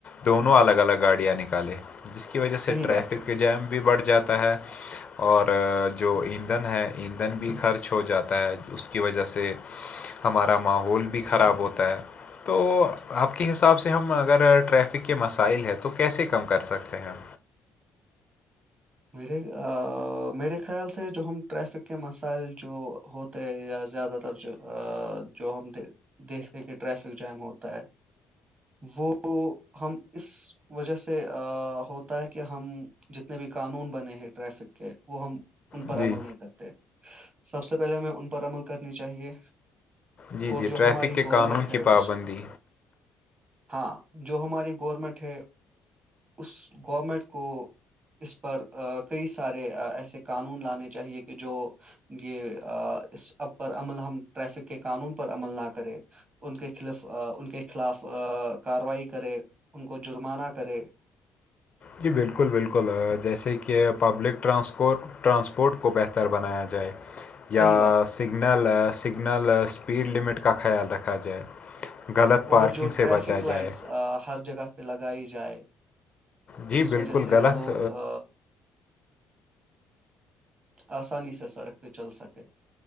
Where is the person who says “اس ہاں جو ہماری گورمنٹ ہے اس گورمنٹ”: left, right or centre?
Right